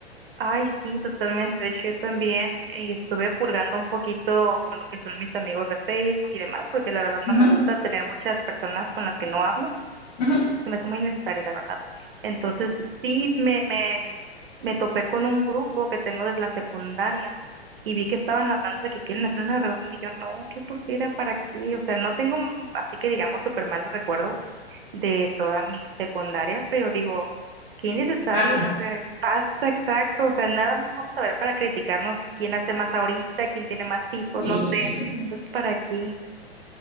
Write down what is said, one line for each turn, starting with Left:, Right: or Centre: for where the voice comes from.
Right: Ay, sí, totalmente. De hecho, yo también eh, estuve purgando un poquito lo que son mis amigos de Facebook y demás, porque la verdad no
Left: Ujú,
Right: me gusta tener muchas personas con las que no hablo.
Left: ujú.
Right: se me hace muy innecesario, la verdad. Entonces, sí me, me, me topé con un grupo que tengo desde la secundaria y vi que estaban hablando de que quieren hacer una reunión y yo, no, qué flojera, ¿para qué? O sea, no tengo, mm, así que digamos, súper malos recuerdos de toda mi secundaria, pero digo, qué innecesario,
Left: Basta.
Right: o sea, basta, exacto, o sea, nada más nos vamos a ver para criticarnos quién hace más ahorita, quién tiene más hijos,
Left: Sí,
Right: no sé, entonces, ¿para qué?